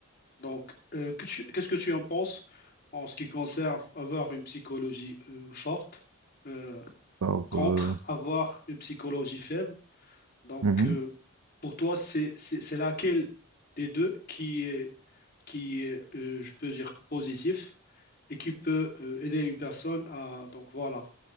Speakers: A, on the left (about 40°); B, on the right (about 80°).
A: Donc, euh, que tu- qu'est-ce que tu en penses en ce qui concerne avoir une psychologie euh, forte euh,
B: Alors,
A: contre
B: euh,
A: avoir une psychologie faible? Donc,
B: mhm.
A: euh, pour toi, c'est c'est- c'est laquelle des deux qui est, qui est, euh, je peux dire, positif et qui peut euh, aider une personne à, donc voilà,